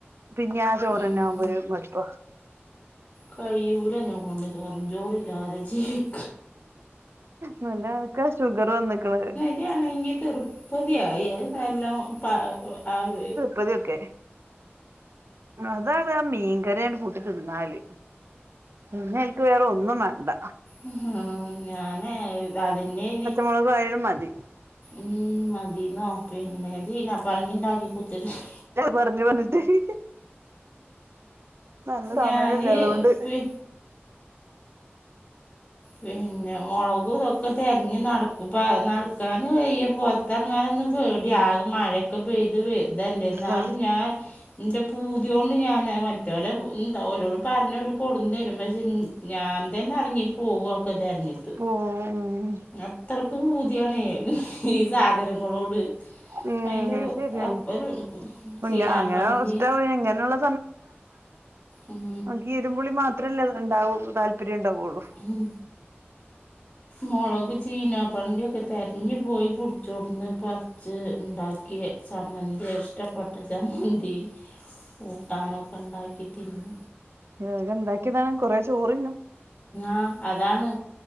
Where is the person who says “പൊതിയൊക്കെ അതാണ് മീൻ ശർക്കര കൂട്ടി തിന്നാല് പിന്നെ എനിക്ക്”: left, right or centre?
Right